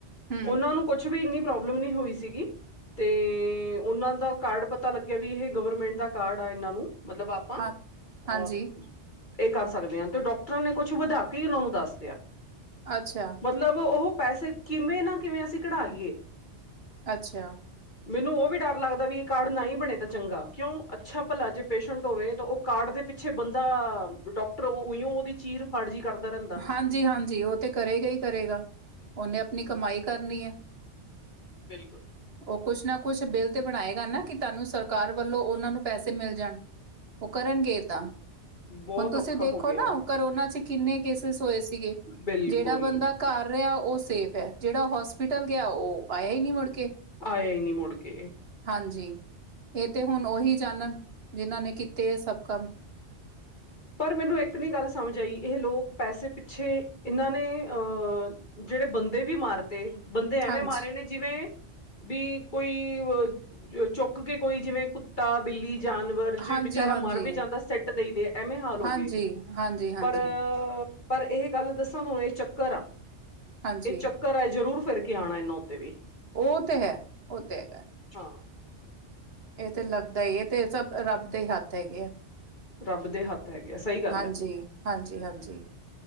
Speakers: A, on the right; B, on the left.
A: ਹੂੰ
B: ਉਹਨਾਂ ਨੂੰ ਕੁਛ ਵੀ ਇੰਨੀ ਪ੍ਰੋਬਲਮ ਨਹੀਂ ਹੋਈ ਸੀਗੀ- ਤੇ, ਉਹਨਾਂ ਦਾ ਕਾਰਡ ਪਤਾ ਲੱਗਿਆ ਵੀ ਇਹ ਗਵਰਮੈਂਟ ਦਾ ਕਾਰਡ ਆ ਇਹਨਾਂ ਨੂੰ, ਮਤਲਬ ਅਪ- ਆਪਾਂ,
A: ਹਾਂ ਹਾਂਜੀ
B: ਆ ਇਹ ਕਰ ਸਕਦੇ ਹਾਂ ਤੇ ਡਾਕਟਰਾਂ ਨੇ ਕੁਛ ਵਧਾ ਕੇ ਉਹਨਾਂ ਨੂੰ ਦੱਸਦਿਆ-
A: ਅੱਛਾ-
B: ਮਤਲਬ ਉਹ ਪੈਸੇ ਕਿਵੇਂ ਨਾ ਕਿਵੇਂ ਅਸੀਂ ਕਡਾ ਲਈਏ-
A: ਅੱਛਾ-
B: ਮੈਨੂੰ ਉਹ ਵੀ ਡਰ ਲੱਗਦਾ ਵੀ ਇਹ ਕਾਰਡ ਨਾ ਹੀ ਬਣੇ ਤਾਂ ਚੰਗਾ, ਕਿਉਂ ਅੱਛਾ ਭਲਾ ਜੇ ਪੇਸ਼ੰਟ ਹੋਵੇ ਤਾਂ ਉਹ- ਕਾਰਡ ਦੇ ਪਿੱਛੇ ਬੰਦਾ ਡੋਕਟਰ ਉਂ ਉਹਦੀ ਚੀਰ ਫਾੜਜੀ ਕਰਦਾ ਰਹਿੰ-
A: ਹਾਂਜੀ- ਹਾਂਜੀ ਉਹ ਤੇ ਕਰੇਗਾ ਹੀ ਕਰੇਗਾ, ਉਹਨੇ ਆਪਣੀ ਕਮਾਈ ਕਰਨੀ ਏ-
B: ਬਿਲਕੁਲ-
A: ਉਹ ਕੁਛ ਨਾ ਕੁਛ ਬਿੱਲ ਤੇ ਬਣਾਏਗਾ ਨਾ ਕਿ ਤੁਹਾਨੂੰ ਸਰਕਾਰ ਵੱਲੋਂ ਉਹਨਾਂ ਨੂੰ ਪੈਸੇ ਮਿਲ ਜਾਣ- ਉਹ ਕਰਨਗੇ ਐਦਾਂ,
B: ਬਹੁਤ
A: ਹੁਣ ਤੁਸੀਂ
B: ਔਖਾ
A: ਦੇਖੋ
B: ਹੋ ਗਿਆ
A: ਨਾ ਕਰੋਨਾ 'ਚ ਕਿੰਨੇ ਕੇਸਿਸ- ਹੋਏ ਸੀਗੇ,
B: ਬਿਲਕੁਲ
A: ਜੇੜਾ ਬੰਦਾ ਘਰ ਰਿਹਾ ਉਹ ਸੇਫ ਹੈ, ਜਿਹੜਾ ਹੋਸਪਿਟਲ ਗਿਆ, ਉਹ ਆਇਆ ਹੀ ਨਹੀਂੀ ਮੁੜ ਕੇ
B: ਆਇਆ ਨਈ ਮੁੜ ਕੇ
A: ਹਾਂਜੀ, ਇਹ ਤਾਂ ਹੁਣ ਉਹੀ ਜਾਣਨ, ਜਿਹਨਾਂ ਨੇ ਕੀਤੇ ਹੈ ਸਭ ਕੰਮ
B: ਪਰ ਮੈਨੂੰ ਇੱਕ ਨ ਗੱਲ ਸਮਝ ਆਈ, ਇਹ ਲੋਕ ਪੈਸੇ ਪਿੱਛੇ, ਇਹਨਾਂ ਨੇ ਅਹ ਜਿਹੜੇ ਬੰਦੇ ਵੀ ਮਾਰ ਦੇ, ਬੰਦੇ ਐਵੇਂ
A: ਹਾਂਜੀ।
B: ਮਾਰੇ ਨੇ ਜਿਵੇਂ ਵੀ, ਕੋਈ ਅ ਚੁੱਕ ਕੇ ਕੋਈ ਜਿਵੇਂ ਕੁੱਤਾ, ਬਿੱਲੀ, ਜਾਨ ਜੇ
A: ਹਾਂਜੀ,
B: ਵਿਚਾਰਾ
A: ਹਾਂਜੀ,
B: ਮਰ ਵੀ ਜਾਂਦਾ, ਸਿੱਟ ਦੇਈ ਦੇ, ਐਵੇਂ ਹਾਲ ਹੋ
A: ਹਾਂਜੀ,
B: ਗਏ
A: ਹਾਂਜੀ, ਹਾਂਜੀ,
B: ਪਰ ਪਰ ਇਹ ਗੱਲ ਦੱਸਾ, ਇਹ ਚੱਕਰ ਆ
A: ਹਾਂਜੀ।
B: ਇਹ ਚ ਘਰੇ ਜ਼ਰੂਰ ਫਿਰ ਕੇ ਆਉਣਾ, ਇਹਨਾ ਉੱਤੇ ਵੀ
A: ਉਹ ਤੇ ਹੈ, ਉਹ ਤੇ ਹੈਗਾ
B: ਹਾਂ
A: ਏ ਤੇ ਲੱਗਦਾ ਏ -ਏ ਸਭ ਰੱਬ ਦੇ, ਹੀ ਹੱਥ ਹੈਗੇ ਆ
B: ਰੱਬ ਦੇ ਹੱਥ ਹੈਗੇ ਆ, ਸਹੀ ਗੱਲ
A: ਹਾਂਜੀ,
B: ਹੈ
A: ਹਾਂਜੀ- ਹਾਂਜੀ